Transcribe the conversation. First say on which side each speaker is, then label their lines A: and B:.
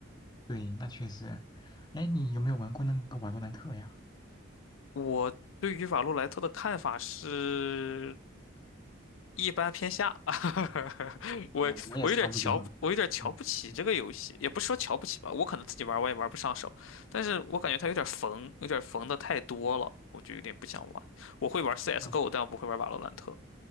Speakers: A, on the left; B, on the left.
A: 对，那确实。哎，你有没有玩过那个瓦罗兰特呀？
B: 我对于瓦洛莱特的看法是一般偏下，<laughs> 我我有点瞧不，
A: 嗯，我也差不多。
B: 我有点瞧不起这个游戏，
A: 嗯嗯
B: 也不是说瞧不起吧，我可能自己玩儿我也玩不上手，但是我感觉它有点缝，有点缝的太多了，我就有点不想玩。我会玩 CS:GO，
A: 哦
B: 但我不会玩瓦洛兰特。